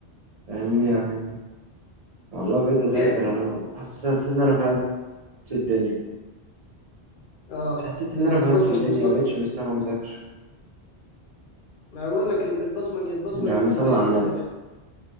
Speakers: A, on the right (about 45°); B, on the left (about 60°).
A: لأني يعني والله بقيت أذاكر
B: ايه
A: أنا حس- حسيت إن أنا فهمت الدنيا
B: اه
A: حسيت إن
B: اللي
A: أنا
B: بتبصمج
A: فهمت الدنيا
B: بتبصمج
A: مبقتش مستاهل مذاكرة
B: ما بقول لك اللي بتبصمج يتبصمج
A: يعني
B: واللي
A: صلى
B: يذاكر
A: على
B: يتذاكر
A: النبي